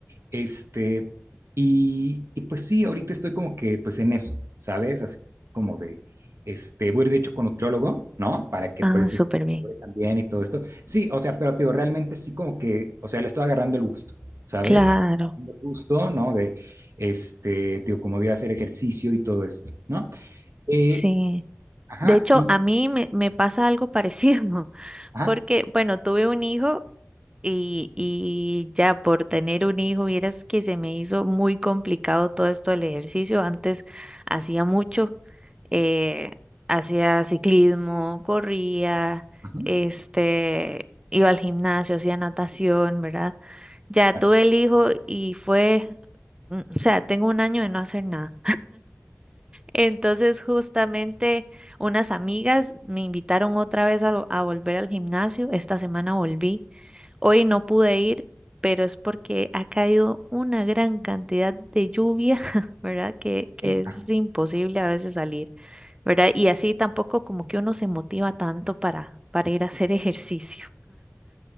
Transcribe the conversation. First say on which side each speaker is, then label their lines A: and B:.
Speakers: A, on the right (about 70°); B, on the right (about 20°).
A: este, y, y pues sí, ahorita estoy como que pues en eso, ¿sabes? Así como de, este, voy a ir de hecho con nutriólogo, ¿no? Para que
B: Ah,
A: pues
B: súper
A: este,
B: bien.
A: mejore también y todo esto. Sí, o sea, pero te digo, realmente sí como que, o sea, le estoy agarrando el gusto, ¿sabes?
B: Claro,
A: Agarrando el gusto, ¿no? De, este, te digo, como de hacer ejercicio y todo esto, ¿no? Eh,
B: sí.
A: ajá,
B: De hecho,
A: y,
B: a mí me, me pasa algo parecido, <laughs>
A: ajá,
B: porque, bueno, tuve un hijo y, y ya por tener un hijo, vieras que se me hizo muy complicado todo esto del ejercicio. Antes hacía mucho. eh, hacía ciclismo, corría,
A: ajá,
B: este, iba al gimnasio, hacía natación, ¿verdad? Ya
A: claro,
B: tuve el hijo y fue, mm, o sea, tengo un año de no hacer nada. Entonces, justamente unas amigas me invitaron otra vez a, a volver al gimnasio. Esta semana volví Hoy no pude ir, pero es porque ha caído una gran cantidad de lluvia, <laughs> ¿verdad? Que,
A: ok,
B: que es
A: ajá.
B: imposible a veces salir, ¿verdad? Y así tampoco como que uno se motiva tanto para, para ir a hacer <laughs> ejercicio.